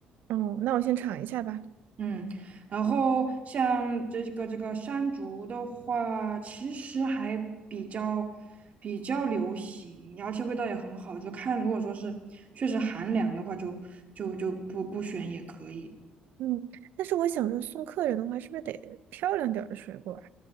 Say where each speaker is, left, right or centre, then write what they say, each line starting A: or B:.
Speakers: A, on the right; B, on the right.
A: 哦，那我先尝一下吧。
B: 嗯，然后像这个这个山竹的话，其实还比较比较流行，而且味道也很好。就看如果说是确实寒凉的话就，就就不不选也可以。
A: 嗯，但是我想说，送客人的话，是不是得漂亮点儿的水果啊？